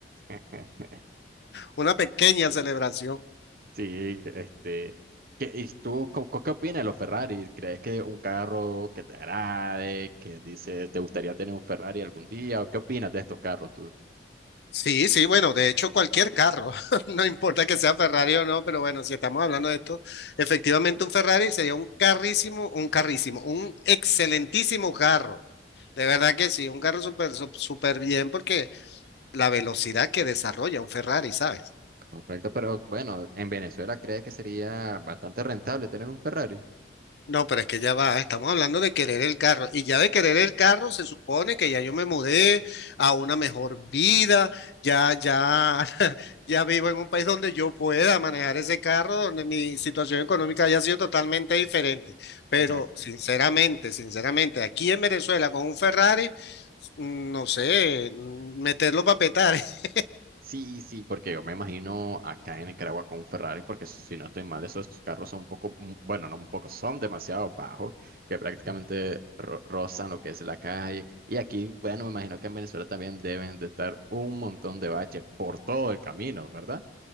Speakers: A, on the right; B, on the left.
A: <laughs>
B: una pequeña celebración.
A: Sí, este. ¿qué- ¿Y tú co- co- qué, opinas de los Ferrari? ¿Crees que un carro que te agrade, que dices, te gustaría tener un Ferrari algún día? ¿O qué opinas de estos carros tú?
B: Sí, sí, bueno, de hecho cualquier carro, <laughs> no importa que sea Ferrari o no, pero bueno, si estamos hablando de esto, efectivamente un Ferrari sería un carrísimo, un carrísimo, un excelentísimo carro. De verdad que sí, un carro súper, sup- súper bien porque la velocidad que desarrolla un Ferrari, ¿sabes?
A: Correcto, pero bueno, en Venezuela crees que sería bastante rentable tener un Ferrari.
B: No, pero es que ya va, estamos hablando de querer el carro y ya de querer el carro se supone que ya yo me mudé a una mejor vida, ya, ya, <laughs> ya vivo en un país donde yo pueda manejar ese carro, donde mi situación económica haya sido totalmente diferente. Pero
A: <laughs>
B: sinceramente, sinceramente, aquí en Venezuela con un Ferrari, mm, no sé, mm, meterlo para petar, <laughs>
A: Sí, sí, porque yo me imagino acá en Nicaragua con Ferrari, porque si no estoy mal, esos carros son un poco, mm, bueno, no un poco, son demasiado bajos, que prácticamente ro- rozan lo que es la calle. Y aquí, bueno, me imagino que en Venezuela también deben de estar un montón de baches por todo el camino, ¿verdad?